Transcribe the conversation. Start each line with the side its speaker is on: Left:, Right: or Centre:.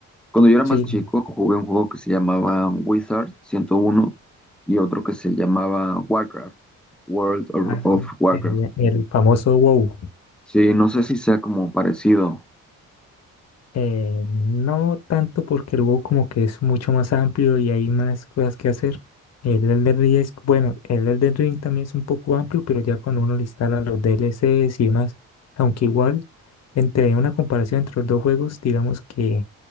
Centre: Cuando yo era más
Left: Sí.
Centre: chico, jugué un juego que se llamaba Wizard 101 y otro que se llamaba Warcraft, World of,
Left: Ah,
Centre: of Warcraft.
Left: eh, El, el famoso WoW.
Centre: Sí, no sé si sea como parecido.
Left: Eh, no tanto porque el WoW como que es mucho más amplio y hay más cosas que hacer. El Elden Ring es, bueno, el Elden Ring también es un poco amplio, pero ya cuando uno le instala los D L Cs y demás, aunque igual, entre una comparación entre los dos juegos, digamos que